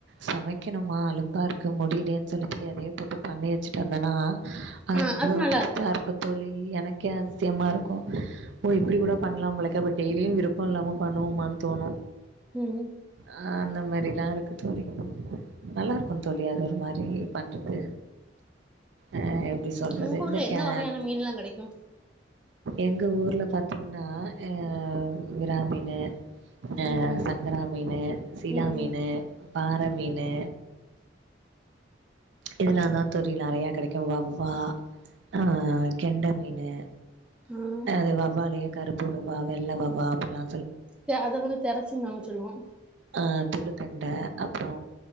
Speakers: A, on the right; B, in the centre.
A: சமைக்கணுமா அலுப்பா இருக்கு முடியலேன்னு சொல்லிட்டு எதையோ போட்டு பண்ணி வெச்சுட்டு வந்தேன்னா அது
B: ஆ
A: அவ்ளோ
B: நல்லா
A: டேஸ்டா
B: இருக்கு
A: இருக்கோ தோழி எனக்கே அதிசியமா இருக்கோ. ஓ இப்டி கூட பண்லா போலக்கே அப்ப டெய்லியு விருப்போ இல்லாம பண்ணுவோமானு தோணு
B: உம்
A: ஆஹ் அந்த மாரில்லா இருக்கு தோழி நல்லா இருக்கோ தோழி அது ஒரு மாரி பண்றது அஹ் எப்டி சொல்றது
B: உங்க
A: இந்தக்கே
B: ஊர்ல எந்த வகையான மீன்லா கெடைக்கு
A: எங்க ஊர்ல பாத்தீங்கன்னா அஹ் விரா மீனு அஹ
B: ம் ம்
A: சங்கரா மீனு சீலா
B: ம்
A: மீனு பாற மீனு இதெல்லா தா தோழி நெறைய கெடைக்கு வவ்வா ஆ கெண்ட மீனு
B: ம்
A: அது வவ்வாலு கருப் வா வெள்ள வவ்வா அப்பிட்லா
B: த அத வந்து தெரச்சினு நாங்க சொல் சொல்லுவோ
A: அஹ் துள்ளுகெண்ட அப்புறோ